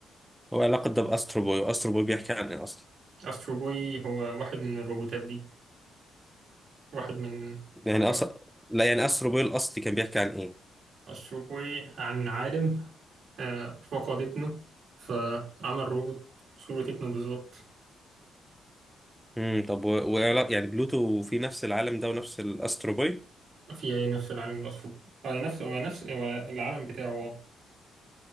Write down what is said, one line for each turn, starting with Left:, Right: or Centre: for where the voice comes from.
Centre: هو علاقه ده باسترو بوي واسترو بوي بيحكي عن ايه اصلا
Right: أسترو بوي هو واحد من الروبوتات دي واحد من
Centre: يعني
Right: آه،
Centre: اصلا لا يعني استرو بوي الاصلي كان بيحكي عن ايه
Right: أسترو بوي عن عالم آه، فقد ابنه فعمل روبوت بصورة ابنه بالظبط
Centre: امم طب و... و... يعني بلوتو في نفس العالم ده ونفس الاسترو بوي
Right: في أي نفس العالم الأسيوطي هو نفس هو نفس هو العالم بتاعه آه.